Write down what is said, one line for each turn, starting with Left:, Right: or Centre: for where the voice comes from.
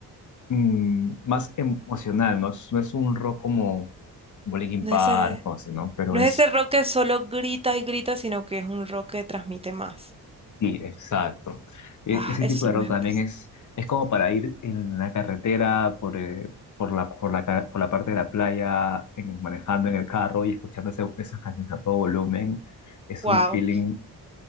Left: mm, más emocional, ¿no? Es- No es un rock como, como Linkin
Right: No
Left: Park
Right: es ese,
Left: o así, ¿no? Pero
Right: no
Left: es
Right: es ese rock que solo grita y grita, sino que es un rock que transmite más.
Left: Sí, exacto. E-
Right: Ah,
Left: ese
Right: esos
Left: tipo
Right: son
Left: de
Right: los
Left: rock
Right: mejores.
Left: también es, es como para ir en la carretera por, eh, por la, por la, ca- por la parte de la playa, en- manejando en el carro y escuchando ese- esas canciones a todo volumen. Es
Right: Wow,
Left: un feeling